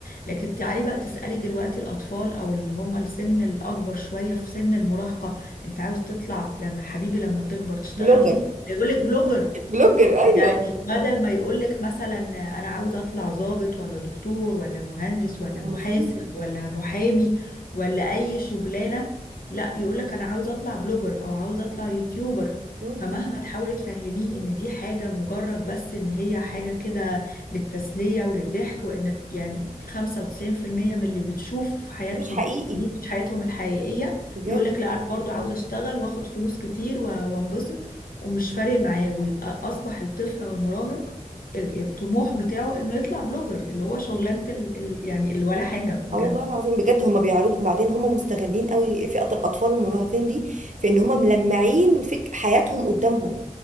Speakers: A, on the left (about 80°); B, on the right (about 60°).
A: لكن تعالي بقى تسألي دلوقتي الاطفال او اللي هم السن الاكبر شوية في سن المراهقة انت عاوز تطلع لما حبيبي لما تكبر تشتغل
B: <laughs> بلوجر
A: ايه هيقولك بلوجر
B: بلوجر ايوه
A: يعني بدل ما يقولك مثلا أنا عاوز أطلع ضابط ولا دكتور ولا مهندس ولا
B: هو
A: محاسب
B: مفيش
A: ولا محامي ولا أي شغلانة لا يقولك أنا عاوز أطلع بلوجر أو عاوز أطلع يوتيوبر
B: مم.
A: فمهما تحاولي تفهميه إن دي حاجة مجرد بس إن هي حاجة كده للتسلية وللضحك وإن يعني 95% من اللي بتشوفه في حياتهم
B: مش حقيقي
A: دي مش حياتهم الحقيقية
B: بجد
A: يقولك لا أنا برضو عاوز أشتغل وآخد فلوس كتير و- وأنبسط ومش فارق معاه ويبقى اصبح الطفل او المراهق ال- الطموح بتاعه انه يطلع بلوجر اللي هو شغلانة ال... ال- يعني اللي ولا حاجة بجد
B: اه والله العظيم بجد هم بيعرضوا وبعدين هم مستغلين قوي فئة الاطفال المراهقين دي في ان هم ملمعين فك حياتهم قدامهم